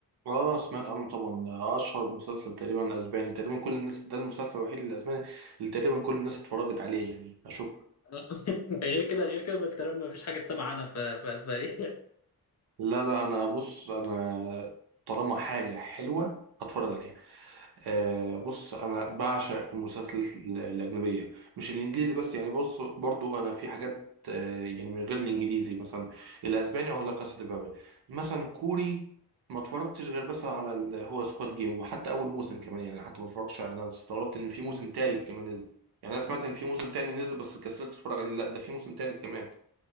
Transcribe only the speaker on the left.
<laughs> غير كده غير كده ما انت ما فيش حاجه تسمع عنها في في اسبانيا